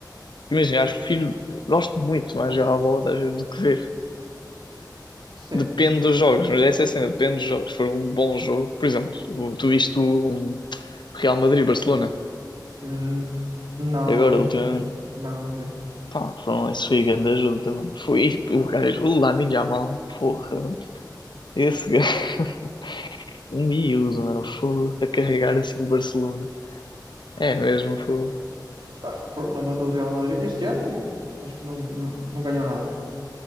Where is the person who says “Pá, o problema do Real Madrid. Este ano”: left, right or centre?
Right